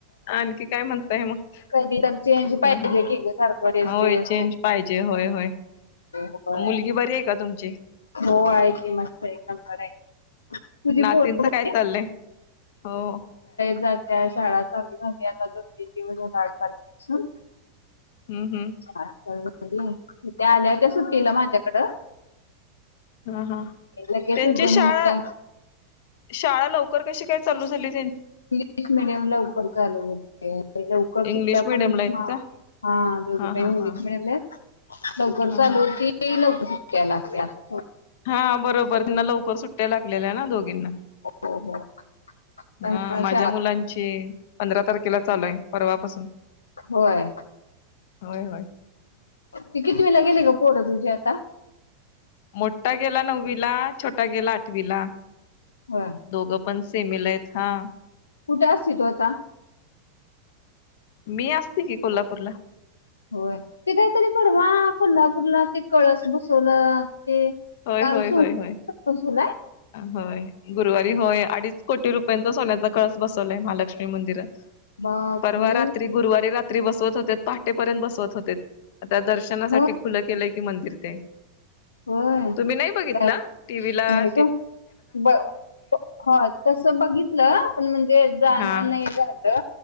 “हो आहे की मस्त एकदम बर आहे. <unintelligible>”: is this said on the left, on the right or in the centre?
Left